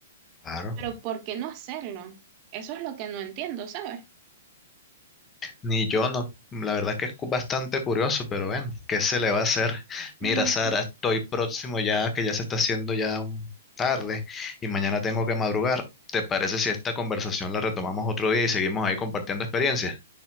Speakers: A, on the left; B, on the right.
A: Claro.
B: Pero ¿por qué no hacerlo? Eso es lo que no entiendo, ¿sabes?
A: Ni yo no. La verdad que es cu- bastante curioso, pero bueno, ¿qué se le va a hacer? Mira,
B: Ujú.
A: Sara, estoy próximo ya, que ya se está haciendo ya un- tarde y mañana tengo que madrugar. ¿Te parece si esta conversación la retomamos otro día y seguimos ahí compartiendo experiencias?